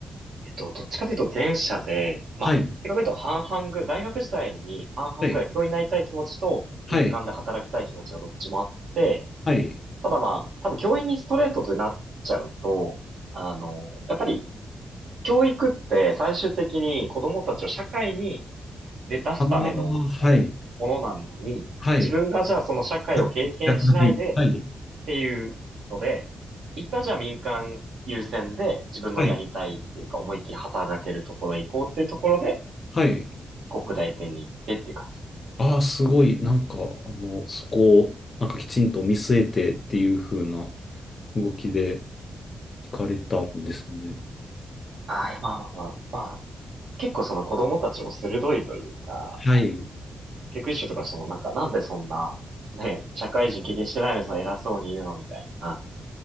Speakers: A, on the right; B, on the left.
A: えっと、どっちかというと前者で、まあ、
B: はい。
A: 正確に言うと半々ぐ、大学時代に半々ぐらい教員になりたい気持ちと民間で働きたい気持ちがどっちもあって、
B: はい。はい。はい。
A: ただまあ、多分教員にストレートでなっちゃうと、あの、やっぱり教育って最終的に子供たちを社会に出、出すための、
B: ああ、はい。
A: あのものなのに、
B: はい。
A: 自分がじゃあその社会を経験しないで
B: さっき知らない。はい。
A: っていうので、一旦じゃあ民間優先で自分のやりたいっていうか思いっきり働けるところへ行こうっていうところで、
B: はい。はい。
A: 国大店に行ってっていう感じですね。
B: ああ、すごい。なんか、あの、そこを、なんかきちんと見据えてっていう風な動きで行かれたんですね。
A: ああ、いやまあまあまあ、まあ、結構その子供たちも鋭いというか、
B: はい。
A: 教育実習とかしてもなんかなんでそんな、ね、社会人経験してないのにその偉そうに言うのみたいな。